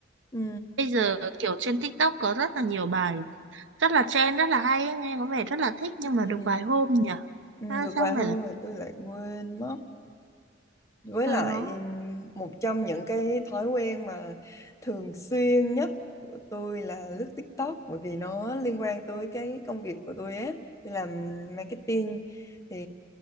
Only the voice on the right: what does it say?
bây giờ kiểu trên TikTok có rất là nhiều bài rất là trend rất là hay ấy, nghe có vẻ rất là thích nhưng mà được
vài hôm nhỉ.
À,
xong
rồi là
à,
nó